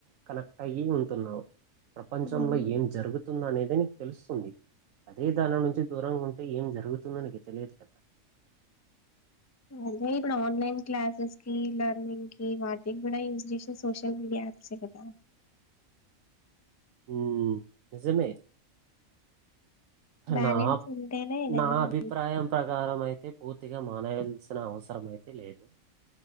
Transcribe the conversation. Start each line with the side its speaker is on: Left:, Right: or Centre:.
Right: కనెక్ట్ అయ్యి ఉంటున్నావు ప్రపంచంలో
Left: హ్మ్
Right: ఏం జరుగుతుంది అనేదిని తెలుస్తుంది అదే దాన నుంచి దూరంగా ఉంటే ఏం జరుగుతుంది నీకు తెలియదు గదా
Left: అదే ఇప్పుడు ఆన్లైన్ క్లాసెస్ కి లెర్నింగ్ కి వాటికి గూడ యూస్ చేసే సోషల్ మీడియా యాప్సే కదా
Right: ఉ నిజమే
Left: బ్యాలెన్స్
Right: నాప్
Left: ఉంటేనే ఏదైనా
Right: నా
Left: మనీ
Right: అభిప్రాయం ప్రకారం అయితే పోతే గా మానేయాల్సిన అవసరం అయితే లేదు